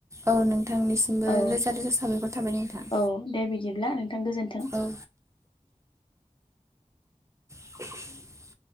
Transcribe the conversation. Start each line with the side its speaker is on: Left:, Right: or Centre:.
Right: औ नोंथांनिसिमबो
Left: औ
Right: रोजा रोजा साबायखर थाबाय नोंथां।
Left: औ दे बिदिब्ला नोंथां गोजोन्थों।
Right: औ <inaudible>